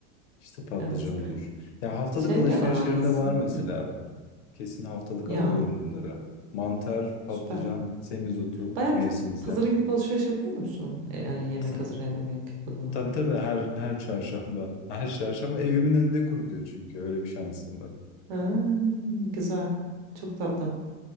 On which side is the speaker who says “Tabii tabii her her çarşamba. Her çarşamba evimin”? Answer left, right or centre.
Left